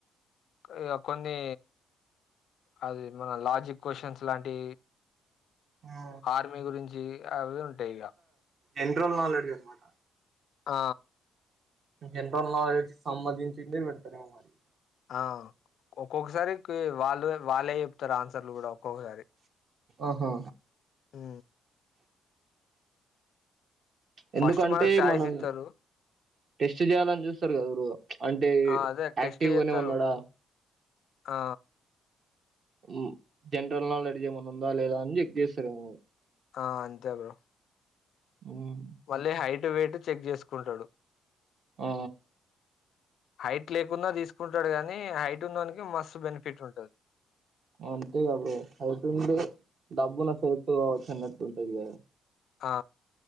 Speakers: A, on the left; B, on the right.
A: ఇగ కొన్ని అది మన లాజిక్ కొషన్స్ ఇలాంటి
B: ఆ
A: ఆర్మీ గురించి అవి ఉంటాయ్ ఇగ
B: ఎండ్రోల్ నాలెడ్జి అనమాట
A: ఆ
B: జండ్రల్ నాలెడ్జి కి సంబందించిందే పెడతారేమొ మరి
A: ఆ ఒక్కొక్కసారి కి వాళ్ళు వాళ్ళె చెప్తారు ఆన్సర్లు గూడా ఒక్కొక్కసారి
B: ఆహా
A: ఊ
B: ఎందుకంటే
A: ఫస్ట్ మనకు ఛాయిస్
B: మనం
A: ఇస్తారు
B: టెస్టు జేయాలని జుస్తారు గదా ఎవరు అంటే
A: ఆ అదే టెస్ట్
B: యాక్టివ్
A: చేస్తారు
B: గనే ఉన్నడా
A: ఆ
B: ఉమ్ జండ్రల్ల్ నాలెడ్జ్ ఏమన్న ఉందా లేదా అని జెక్ జెస్తారెమొ
A: ఆ అంతే బ్రో
B: ఉమ్
A: వళ్ళీ హైటు వెయట్ చెగ్ జేసుకుంటాడు
B: ఆ
A: హైట్ లేకున్న దీసుకుంటాడు గానీ హైటున్నోనికే మస్తు బెనిఫిట్ ఉంటది
B: అంతే గా బ్రో హైటుంటే డబ్బుల సేత్తో <unintelligible> గదా
A: ఆ